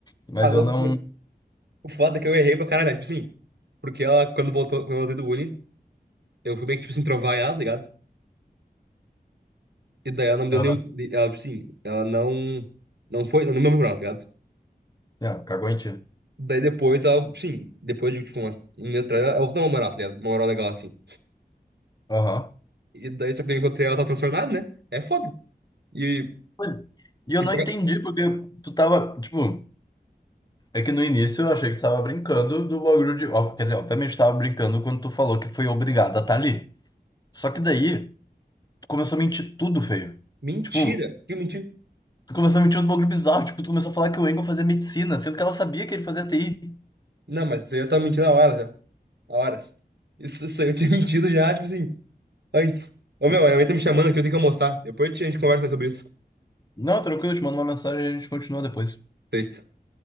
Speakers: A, on the left (about 25°); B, on the right (about 85°).
A: mas
B: Ah, loucura.
A: eu não...
B: O foda é que eu errei pra caralho. né? Tipo assim. Porque ela, quando voltou, quando eu voltei do Uni, eu fui meio que, tipo assim, trovar ela, tá ligado? E daí ela não me deu
A: Aham.
B: nenhum. Ela, tipo assim, ela não. Não foi. Não me lembrou, tá ligado?
A: Não, cagou em ti.
B: Daí depois, ela, sim, depois de tipo, umas, um mês atrás, ela usou uma moral, tá ligado? Uma moral legal assim.
A: Aham.
B: E daí só que eu encontrei ela, tá transtornada, né? É foda. E,
A: Pois- é. E eu
B: e
A: não
B: pega-
A: entendi porque tu tava, tipo, é que no início eu achei que tu tava brincando do bagulho de. ó, Quer dizer, obviamente tu tava brincando quando tu falou que foi obrigado a estar ali. Só que daí, tu começou a mentir tudo feio.
B: Mentira!
A: Tipo,
B: Que mentira!
A: tu começou a mentir uns bagulho bizarro. Tipo, tu começou a falar que o Engel fazia medicina, sendo que ela sabia que ele fazia TI.
B: Não, mas você já tá mentindo há horas já. Há horas. Isso, isso aí eu tinha <laughs> mentido já, tipo assim, antes. Ô meu, a minha mãe tá me chamando aqui, eu tenho que almoçar. Depois a gente conversa mais sobre isso.
A: Não, tranquilo, eu te mando uma mensagem e a gente continua depois.
B: Feito.